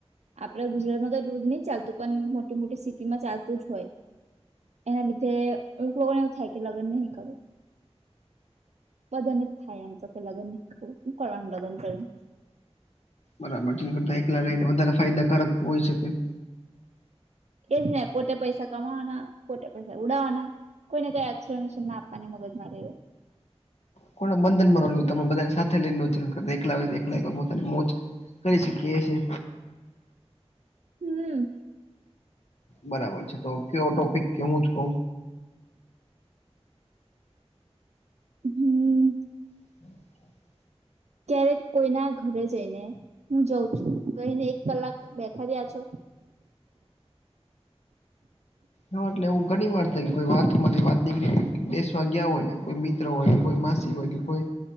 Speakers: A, on the right; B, on the left.
A: આપડે ગુજરાતમાં તો એટલુંધું નહી ચાલતું પણ મોટી મોટી સિિતટી માં ચાલતું જ હોય. એના લીધે અમુ લોકોને એવું થાય કે લગ્ન નહી કરવું બદન જ થાય આમ તો કે લગન નહી કનું લગન કરી
B: બરાબર છેને કરતા એકલા રહીને વધારે ફાયદાકારક હોય શકે
A: એ જ નને પોતે પૈસા કમાવાના પોતે પૈસા ઉડાાવવાના કોઈને કોઈ એક્સપ્લેનેશન ના આપવાની મગજ મારી દે
B: કો બંધન બ તમે બધા સાથે લઈનેચર કર એકલા એક પોતાની મોજ કરી સકીએ છીએ
A: હમ.
B: બરાબર છે તો કયો ટોપિક કેવું જ કવ
A: હમ
B: <inaudible>
A: ક્યારેક કોઈના ઘરે જઈને હું જાઉં છું કઈને એક કલાક બેઠા રહ્યા છો
B: હ એટલે એવું ઘણી વાર થઈ કોઈ વાતમાંથી વાત નીકળી દસવા ગયા હોય કોઈ મિત્ર હોય કે કોઈ માસી હોય કે કોઈ